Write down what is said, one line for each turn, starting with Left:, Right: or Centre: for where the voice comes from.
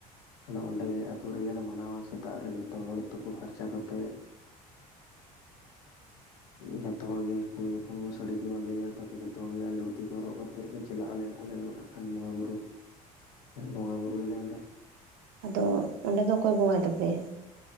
Left: ᱟᱫᱚ ᱚᱸᱰᱮ ᱟᱛᱳ ᱨᱮᱜᱮᱞᱮ ᱢᱟᱱᱟᱣᱟ ᱥᱮᱛᱟᱜ ᱨᱮ ᱡᱚᱛᱚ ᱦᱚᱲ ᱛᱳᱯᱩ ᱯᱷᱟᱨᱪᱟ ᱠᱟᱛᱮᱫ ᱡᱷᱚᱛᱚ ᱦᱚᱲ ᱜᱮ ᱠᱩᱲᱤ ᱦᱚᱯᱚᱱ ᱠᱚ ᱥᱟᱹᱲᱤ ᱠᱚ ᱵᱟᱸᱫᱮᱭᱟ ᱛᱟᱨᱯᱚᱨ ᱡᱷᱚᱛᱚ ᱦᱚᱲ ᱜᱮ ᱫᱷᱩᱛᱤ ᱠᱚ ᱦᱚᱨᱚᱜ ᱠᱟᱜ ᱮᱛᱮᱫ ᱞᱮ ᱪᱟᱞᱟᱜᱼᱟ ᱟᱞᱮ ᱟᱞᱮ ᱫᱚ ᱱᱟᱜ ᱠᱷᱟᱱ ᱵᱚᱸᱜᱟᱼ ᱵᱩᱨᱩ ᱵᱚᱸᱜᱟ ᱵᱩᱨᱩᱭᱟᱞᱮ ᱚᱸᱰᱮ
Right: ᱦᱩᱸ ᱟᱫᱚ ᱚᱸᱰᱮ ᱫᱚ ᱚᱠᱚᱭ ᱵᱚᱸᱜᱟᱭ ᱛᱟᱯᱮᱭᱟ